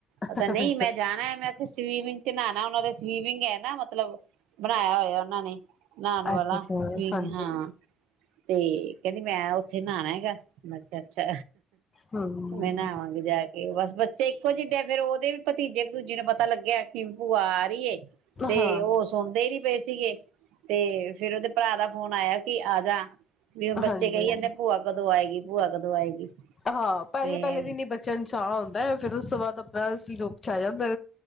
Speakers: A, on the right; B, on the left.
A: ਉਹ ਤਾਂ
B: ਅੱਛਾ
A: ਨਹੀਂ ਮੈਂ ਜਾਣਾ ਹੈ ਮੈਂ ਉੱਥੇ ਸਵੀਮਿੰਗ ਚ ਨਾ ਨਾ ਉਹਨਾਂ ਦੇ ਸਵੀਮਿੰਗ ਹੈ ਨਾ ਮਤਲਬ ਬਣਾਇਆ ਹੋਇਆ ਉਹਨਾਂ ਨੇ ਨਉਣ ਵਾਲਾ
B: ਅੱਛਾ ਅੱਛਾ
A: ਸਵੀਗ
B: ਹਾਂਜੀ
A: ਹਾਂ ਤੇ ਕਹਿੰਦੀ ਮੈਂ, ਇੱਥੇ ਨਹਾਣਾਗਾ ਮੈਂ ਅੱਛਾ
B: ਹੂੰ
A: ਮੈਂ ਨਹਾਵਾਂਗੀ ਜਾ ਕੇ ਇਹ ਬਸ ਬੱਚੇ ਇੱਕੋ ਜਿੱਡੇ ਫੇਰ ਉਹਦੇ ਵੀ ਭਤੀਜੇ ਭੂਤੀਜੇ ਨੂੰ ਪਤਾ ਗਿਆ ਕਿ ਭੂਆ, ਤੇ
B: ਹਾਂ
A: ਉਹ ਸੁਣਦੇ ਹੀ ਪਏ ਸੀਗੇ। ਤੇ ਫੇਰ ਉਹਦੇ ਭਰਾ ਦਾ ਫੋਨ ਆਇਆ। ਕੀ ਆ ਜਾ। ਵੀ ਹੁਣ ਬੱਚੇ
B: ਹਾਂਜੀ
A: ਕਹੀ ਜਾਦੇ ਆ ਭੂਆ ਕਦੋਂ ਆਏਗੀ। ਭੂਆ ਕਦੋਂ ਆਏਗੀ।
B: ਹਾਂ ਪਹਿਲੇ
A: ਤੇ
B: ਪਹਿਲੇ ਦਿਨ ਹੀ ਨਹੀਂ ਬਚਿਆ ਨੂੰ ਚਾਅ ਹੁੰਦਾ ਫਿਰ ਉਸ ਤੋਂ ਬਾਅਦ ਤਾ ਸੀ ਲੋਕ ਛਾ ਜਾਂਦਾ।